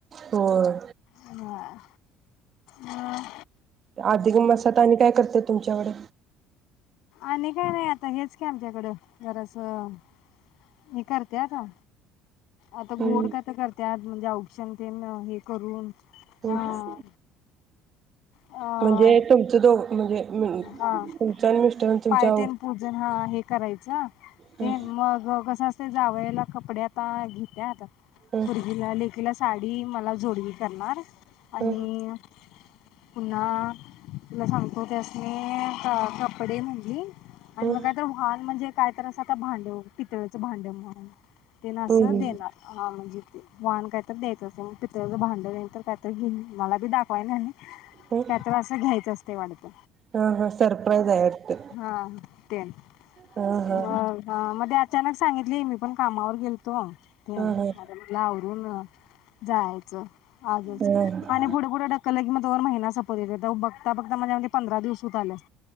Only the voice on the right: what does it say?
होय
आधिक मासात आणि काय करत्यात तुमच्याकडे
हम्म
हम्म
म्हणजे तुमचं दो म्हणजे
तुमचं आणि मिस्टर आणि
तुमच्या
हं
हं
हं
हं
हं
हं
हा हा सरप्राईज आहे वाटतं
हा हा
हा हा
ह